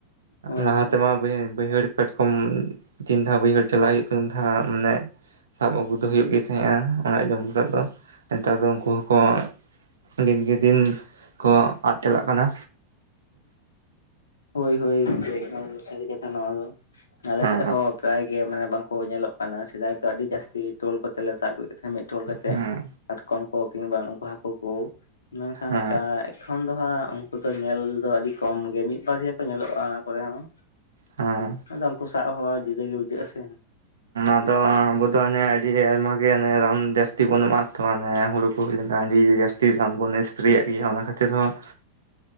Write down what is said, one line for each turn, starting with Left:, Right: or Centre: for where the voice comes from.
Left: ᱦᱳᱭ
Right: ᱞᱟᱦᱟ
Left: ᱦᱳᱭ
Right: ᱛᱮᱢᱟ ᱵᱟ. ᱭ ᱵᱟᱹᱭᱦᱟᱹᱲ ᱠᱟᱴᱠᱚᱢ ᱛᱤᱱ ᱫᱷᱟᱣ ᱵᱟᱹᱭᱦᱟᱹᱲ ᱪᱟᱞᱟᱜ ᱦᱩᱭᱩᱜ ᱛᱟᱦᱮᱸᱜ ᱢᱟᱱᱮ ᱥᱟᱵ ᱟᱹᱜᱩ ᱦᱩᱭᱩᱜ ᱜᱮ ᱛᱟᱦᱮᱸᱱᱟ ᱚᱲᱟᱜ ᱡᱚᱢ ᱞᱮᱠᱟᱫᱚ, ᱱᱮᱛᱟᱨ ᱫᱚ ᱩᱱᱠᱩ ᱦᱚᱸᱠᱚ ᱫᱤᱱ ᱠᱮ ᱫᱤᱱ ᱠᱚ ᱟᱫ ᱪᱟᱞᱟᱜ ᱠᱟᱱᱟ᱾
Left: ᱦᱳᱭ ᱦᱳᱭ ᱮᱠᱟᱞ ᱥᱟᱹᱨᱤ ᱠᱟᱛᱷᱟ ᱱᱚᱶᱟ ᱫᱚ ᱟᱞᱮ
Right: ᱦᱮᱸ
Left: ᱥᱮᱫ ᱦᱚᱸ ᱯᱟᱨᱟᱭ ᱜᱮ ᱢᱟᱱᱮ ᱵᱟᱝᱠᱚ ᱧᱮᱞᱚᱜ ᱠᱟᱱᱟ ᱥᱮᱫᱟᱭ ᱫᱚ ᱟᱹᱰᱤ ᱡᱟᱹᱥᱼᱼᱼ ᱴᱚᱞ ᱠᱚᱛᱮ ᱞᱮ ᱥᱟᱵ ᱠᱚ ᱛᱟᱦᱮᱸᱱᱟ ᱢᱤᱫ ᱴᱚᱞ ᱠᱟᱛᱮᱫ
Right: ᱦᱮᱸ
Left: ᱠᱟᱴᱠᱚᱢ ᱠᱚ ᱠᱤᱝᱵᱟ ᱩᱱᱠᱩ ᱦᱟᱹᱠᱩ ᱠᱚ ᱢᱮᱱᱠᱷᱟᱱ
Right: ᱦᱮᱸ
Left: ᱮᱠᱷᱚᱱ ᱫᱚᱦᱟᱸᱜ ᱩᱱᱠᱩ ᱫᱚ ᱧᱮᱞ ᱫᱚ ᱟᱹᱰᱤ ᱠᱚᱢ ᱜᱮ ᱢᱤᱫ ᱵᱟᱨᱭᱟ ᱠᱚ ᱧᱮᱞᱚᱜᱼᱟ, ᱚᱱᱟ ᱠᱚᱨᱮ ᱦᱚᱸ
Right: ᱦᱮᱸ
Left: ᱟᱫᱚ ᱩᱱᱠᱩ ᱥᱟᱼᱼᱼ ᱥᱟᱵ ᱦᱚᱣᱟ ᱡᱩᱫᱟᱹ ᱜᱤ ᱵᱩᱡᱷᱟᱹᱜ ᱟᱥᱮ
Right: ᱟᱫᱚ ᱟᱵᱚ ᱫᱚ ᱦᱚᱱᱮ ᱟᱹᱰᱤ ᱟᱭᱢᱟ ᱜᱮ ᱨᱟᱱ ᱡᱟᱹᱥᱛᱤ ᱵᱚᱱ ᱮᱢᱟ ᱛᱚ ᱦᱟᱱᱮ ᱦᱩᱲᱩ ᱦᱩᱭ ᱞᱮᱱᱟ ᱟᱹᱰᱤ ᱡᱟᱹᱥᱛᱤ ᱨᱟᱱ ᱵᱚᱱ ᱮᱥᱯᱨᱮᱭᱟᱜ ᱜᱮᱭᱟ ᱚᱱᱟ ᱠᱷᱟᱹᱛᱤᱨ ᱦᱚᱸ